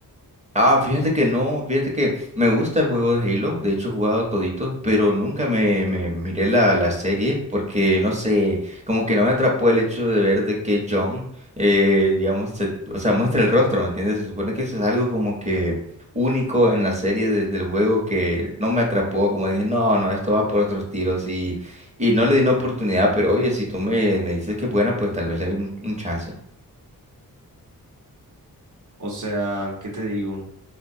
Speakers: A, on the right; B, on the right.
A: Ah, fíjate que no, fíjate que me gusta el juego de Halo, de hecho he jugado toditos, pero nunca me, me miré la, la serie porque no sé, como que no me atrapó el hecho de ver de que John, eh, digamos, se- o sea, muestra el rostro, ¿me entiendes? Se supone que eso es algo como que único en la serie de- del juego que no me atrapó, como dije, no, no, esto va por otros tiros y, y no le di una oportunidad, pero oye, si tú me, me dices que es buena, pues tal vez le doy un, un chance.
B: O sea, ¿qué te digo?